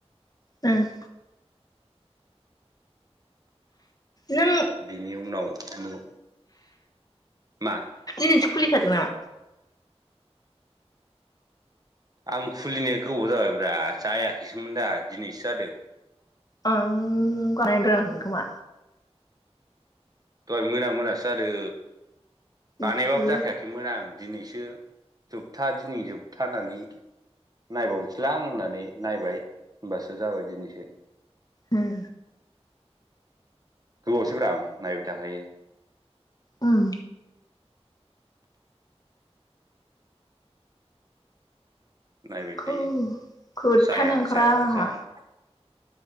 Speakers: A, on the left; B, on the right.
A: उम नों
B: बिनि उनाव नो मा?
A: दिनिसो खुलिखादों नामा?
B: आं खुलिनाया गोबाव जाबायब्रा जायाखैसोमोन दा दिनैसो जादों।
A: ओं बानायनो रोंङाखै खोमा
B: दहाय मोना मोनासो जादों। बानायबाबो
A: इसे
B: जाखायाखैमोन आं दिनैसो जोबथा दिनै जोबथा होननानै नायबावनोसैलां होननानै नायबाय होनबासो जाबाय दिनैसो।
A: उम
B: गोबावसैब्रा आं नायबाय थाखायो।
A: उम
B: नायबाय
A: खौ
B: थायो
A: खोथानो
B: जाया
A: ओंखारा
B: जाया
A: आंहा
B: जाया